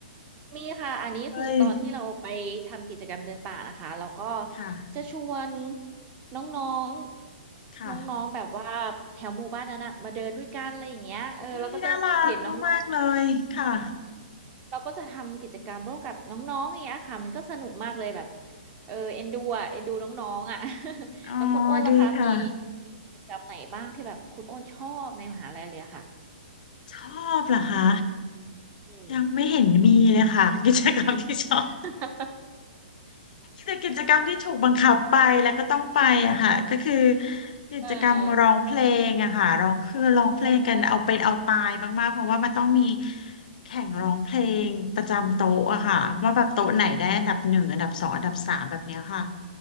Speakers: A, on the right; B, on the left.
A: มีค่ะอันนี้คือตอนที่เราไปทำกิจกรรมเดินป่านะคะแล้วก็
B: เลยค่ะ
A: จะชวนน้องๆน้องๆแบบว่าแถวหมู่บ้านนั้นนะมาเดินด้วยกันอะไรอย่างเงี้ยเออเราก็จะเห็นน้องๆ
B: ค่ะอุ้ยน่ารักมากๆเลยค่ะ
A: เราก็จะทำกิจกรรมร่วมกับน้องๆอย่างเงี้ยค่ะมันก็สนุกมากเลยแบบเออเอ็นดูอ่ะเอ็นดูน้องๆอ่ะ <laughs>
B: อ๋อ
A: แล้วคุณอ้นล่ะคะมี
B: ดีค่ะ
A: มีกิจกรรมไหนบ้างที่แบบคุณอ้นชอบในมหาลัยเลยอะค่ะ
B: ชอบเหรอคะ
A: อืม
B: ยังไม่เห็นมีเลยค่ะ <laughs> กิจกรรมที่ชอบ
A: <laughs>
B: แต่กิจกรรมที่ถูกบังคับไปแล้วก็ต้องไปอะค่ะก็คือกิจกรรมร้องเพลงอะค่ะร้องคือร้องเพลงกันเอาเป็นเอาตายมากๆเพราะว่ามันต้องมี
A: เออโอ้
B: แข่งร้องเพลงประจำโต๊ะอะค่ะว่าแบบโต๊ะไหนได้อันดับหนึ่งอันดับสองอันดับสามแบบเนี้ยค่ะ